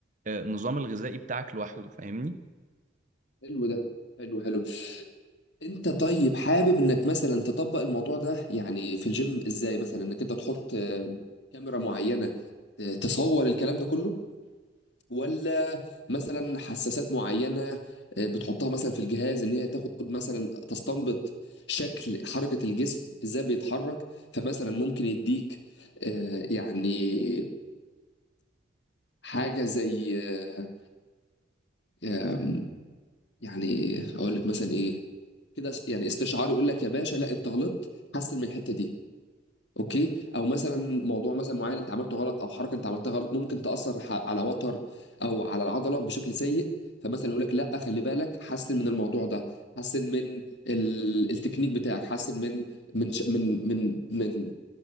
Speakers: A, on the right; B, on the left.
A: آه، النظام الغذائي بتاعك لوحده فاهمني
B: حلو ده حلو حلو انت طيب حابب انك مثلا تطبق الموضوع ده يعني في الجيم ازاي مثلا انك انت تحط آه، كاميرا معينة آه، تصور الكلام ده كله ولا مثلا حساسات معينة آه، بتحطها مثلا في الجهاز ان هي تاخد مثلا تستنبط شكل حركة الجسم ازاي بيتحرك فمثلا ممكن يديك آه، يعني حاجة زي آه، آم، يعني اقول لك مثلا ايه كده يعني استشعار يقول لك يا باشا لا انت غلطت حسن من الحتة دي اوكي او مثلا موضوع مثلا معين انت عملته غلط او حركه انت عملتها غلط ممكن تاثر ح- على وتر او على العضله بشكل سيء فمثلا يقول لك لا خلي بالك حسن من الموضوع ده حسن من ال... التكنيك بتاعك حسن من من ش... من من من